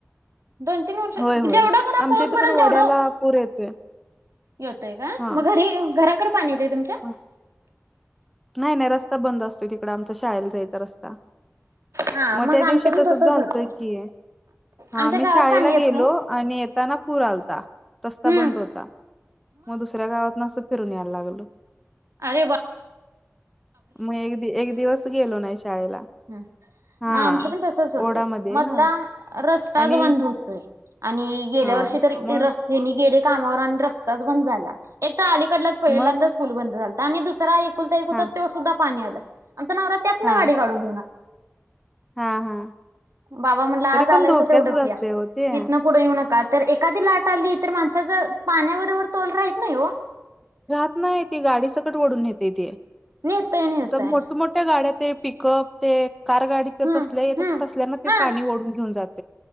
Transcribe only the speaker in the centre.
होय होय
आमच्या
इथे
पण वड्याला
पूर येतोय
हा
<inaudible> नाही नाही रस्ता बंद असतोय तिकड आमच्या शाळेला जायचा रस्ता
मग त्या दिवशी
तसंच
झालतं
की हा
मी
शाळेला
गेलो
आणि येताना पूर आलता रस्ता
बंद होता. मग दुसऱ्या गावातन आसं फिरून यायला लागल.
मी एक एक दिवस गेलो नाही शाळेला.
हा
ओढामध्ये आहे
ना
आणि
हा
मग
मग
हा
हा
हा हा
तरी पण
धोक्याचच
असते हो ते
राहत नाही ती गाडी सकट ओढून येते ते
आता मोठमोठ्या गाड्यात पिकअप ते कार गाडी ते
तसल्या
तस तसल्या ना ते
पाणी ओढून घेऊन जात